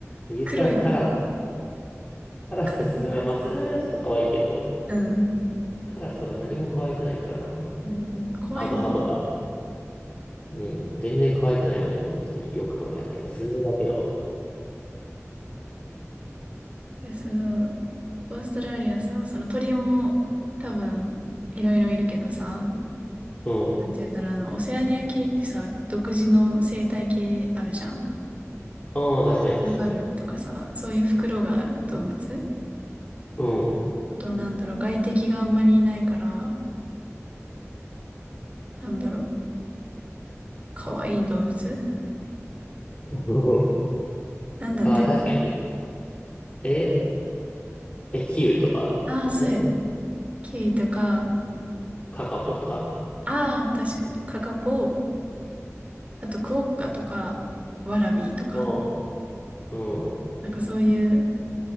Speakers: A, on the left; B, on the right.
A: 言ったらカラ、
B: 黒い鳥とか、
A: カラスとスズメ。
B: カラスとハト
A: まあ、スズメはちょっと可愛いけど、
B: うん。
A: カラスとか何も可愛くないからな。
B: うん。怖いもん。
A: あと歯とか。うん。全然可愛くないわ、日本の鳥。よく考えたら。スズだけだわ。
B: でその、オーストラリアさ、その鳥も多分いろいろいるけどさ、
A: うん。
B: なんて言うんだろう、あの、オセアニア系ってさ、独自の生態系あるじゃん。
A: ああ、確かに確かに。
B: なんかあるとかさ、そういう袋がある動物。
A: うん。
B: あとはなんだろう、外敵があんまりいないから、なんだろう、かわいい動物
A: うん。
B: なんだったっけ
A: ああ、確かに。ええ、キウイとかえ、
B: ああー、そうやね。キウイとか、
A: カカポとか
B: ああ、確かに、カカポ、あとクオッカとか、ワラビーとか、
A: ああ、うん。
B: なんかそういう